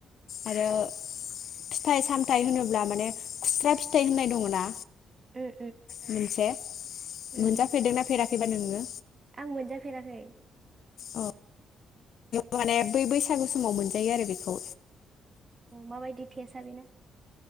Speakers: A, on the left; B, on the right.
A: आरो फिथाइ सामथायाइ होनोब्ला माने खुस्रा फिथाइ होननाय दङ ना
B: उम
A: मोनसे
B: उम
A: मोनजाफेरदोंना फेराखैबा नोङो
B: आं मोनजाफेराखै
A: औ माने बै बै बैसागु समाव मोनजायो आरो बेखौ
B: माबायदि थेसआ बेना